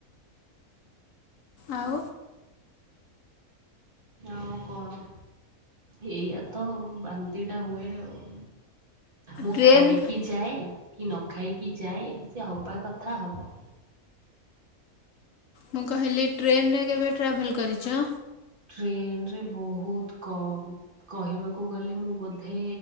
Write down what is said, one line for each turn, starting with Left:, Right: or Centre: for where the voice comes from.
Left: ଆଉ
Right: ଆଉ କଣ ଏଇଆତ ବାନ୍ତି ଟା ହୁଏ ଆଉ। ମୁଁ
Left: ଟ୍ରେନ୍
Right: ଖାଇକି ଯାଏ କି ନ ଖାଇକି ଯାଏ ସେ ହବା କଥା ହବ।
Left: ମୁଁ କହିଲି ଟ୍ରେନରେ କେବେ ଟ୍ରାଭେଲ କରିଚ?
Right: ଟ୍ରେନରେ ବହୁତ କମ୍। କହିବାକୁ ଗଲେ ମୁଁ ବୋଧେ